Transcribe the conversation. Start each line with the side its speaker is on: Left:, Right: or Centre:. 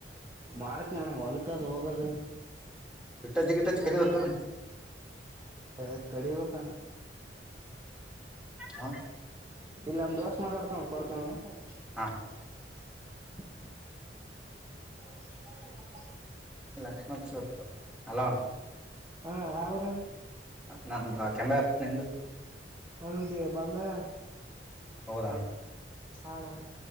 Right: ಮಾಡ್ತೀನಣ್ಣ ಹೊಲ್ಕದು ಹೋಗದು
Centre: ಇಟ್ಟ ಚಿಗಿಟಚ್ಚ ಕಲಿಬೇಕು ನೋಡ
Right: ಹ ಕಡಿಬೇಕ
Centre: ಹ
Right: ಇಲ್ಲಿ ನಮ್ ದೋಸ್ತ್ ಮಾತಾಡ್ತ ಅವ್ನ್ ಕೊಡ್ತೀನಿ ನೋಡಣ್ಣ
Centre: ಹಾ
Right: <unintelligible>
Centre: ಲಕ್ಷ್ಮಣ ಸೊತ್ತು ಹಲೋ
Right: ಹಾ ಅವ್ರಣ
Centre: ನಂದು ತಿಂದಾಯ್ತು ನಿಂದು
Right: ಹೌದು ಬಂದವಳನ್ನ
Centre: ಹೌದಾ
Right: ಹೌದಣ್ಣ